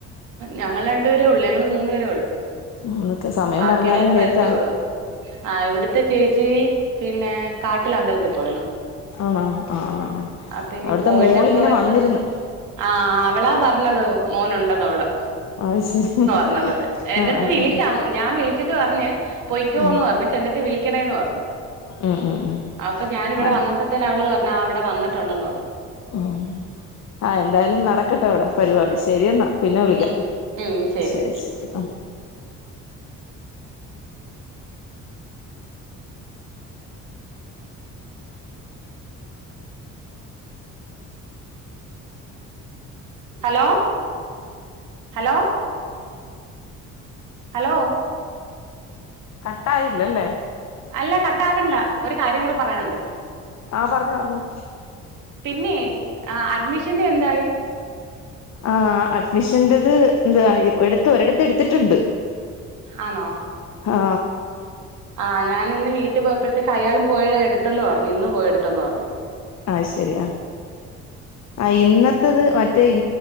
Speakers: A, on the right; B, on the left.
A: നമ്മള് രണ്ടു പേ <unintelligible> ഉള്ള ഞ മൂന്ന് പേരെ ഉള്ളു
B: ഉം ഒക്കെ സമയം
A: ബാക്കിയെല്ലാരും
B: പറഞ്ഞാലും ലേറ്റ്
A: വരത്തേള്ളു
B: ആകും
A: ആ ഇവിടത്തെ ചേച്ചി പിന്നെ കാട്ടില അമ്പലത്തിൽ പോയിന്നു
B: ആണോ ആ ആ ആ
A: അപ്പന്ന
B: അവിടുത്തെ
A: പോയിട്ട്
B: മോളിങ്ങനെ
A: എപ്പ വരുന്ന
B: വന്നിരുന്നു
A: <unintelligible> ആ അവളാ പറ പറഞ്ഞത് മോനുണ്ടെന്നോ വ്ടെ
B: ആ ശരി
A: ന്നത് എൻറെ
B: ആ
A: അടുത്ത്
B: ആ
A: വിളി
B: ആ
A: ഞാൻ വിളിച്ചിട്ട് പറഞ് പൊയ്ക്കോന്ന്
B: ഉം
A: പറഞ്ഞ് ചെന്നിട്ട് വിളിക്കണന്ന് പറഞ്ഞ്
B: ഉം ഉം ഉം
A: അപ്പൊ ഞാൻ വ്ടെ
B: ആ
A: വന്നപ്പോെ അവ പറഞ്ഞ അവിടെ വന്നട്ടുണ്ടന്ന് പറഞ്ഞ്
B: ഉം ആ എന്തായാലും നടക്കട്ടെ അവിടെ പരിപാടി ശരി എന്നാ പിന്നെ വിളിക്കാം
A: ഉം ഉം
B: ശരി
A: ചേച്ചി
B: ശരി
A: ഉം ഹലോ ഹലോ ഹലോ
B: കട്ടായില്ലല്ലേ
A: അല്ല കട്ടാക്കണ്ട ഒരു കാര്യം കൂടെ പറയാന്ണ്ട്
B: ആ പറഞ്ഞോ റഞ്ഞോ
A: പിന്നെ ആ അഡ്മിഷന്റെ എന്തായി
B: ആ അഡ്മിഷന്റെ ത് ന്താ എട്ത്ത് ഒരിടത്ത് എടുത്തിട്ടുണ്ട്
A: ആണോ
B: ആ
A: ആ ഞാൻ ഇന്ന് വീട്ടിൽ പോയപ്പോഴത്തെ അയാളും പോയ എടുത്തന്ന് പറഞ്ഞു ഇന്ന് പോയടുത്തന്ന് പറഞ്ഞ്.
B: ആ ശരി ആ ആ ഇന്നത്തത് മറ്റേ ഇ